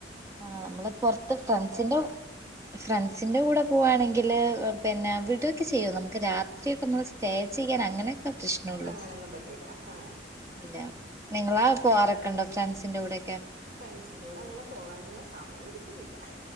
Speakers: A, on the right (about 15°); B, on the right (about 50°).
A: ആഹ്, നമ്മള് പൊർത്ത് ഫ്രണ്ട്സിന്റ, ഫ്രണ്ട്സിന്റെ കൂടെ പോകുകവാണെങ്കിൽ പിന്നെ അവിട് ക്കെ ചെയ്യോ നമുക്ക് രാത്രിയൊക്കെ നമ്മള് സ്റ്റേ ചെയ്യാൻ അങ്ങനെയൊക്കെ പ്രശ്നള്ളു.
B: അങ്ങനെയൊന്നും പറ്റൂല ആ
A: ഇല്ല. നിങ്ങളാ പോവാറൊക്കെണ്ടോ, ഫ്രണ്ട്സിന്റെ കൂടെയൊക്കെ?
B: ഫ്രണ്ട്സിറ കൂടെ അങ്ങനെ പോകാനുള്ള സമയം കിട്ടുന്നില്ല.